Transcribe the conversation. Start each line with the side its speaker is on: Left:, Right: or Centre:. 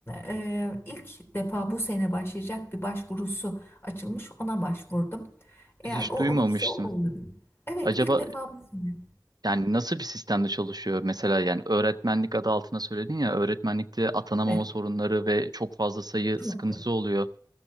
Left: e, ilk defa bu sene başlayacak bir başvurusu açılmış. Ona başvurdum. Eğer
Right: Hiç
Left: o olursa
Right: duymamıştım.
Left: o olur. Evet
Right: Acaba
Left: ilk defa bu sene.
Right: Yani nasıl bir sistemde çalışıyor? Mesela yani öğretmenlik adı altına söyledin ya öğretmenlikte atanamama
Left: Evet
Right: sorunları ve çok fazla sayı sıkıntısı
Left: yoktu.
Right: oluyor.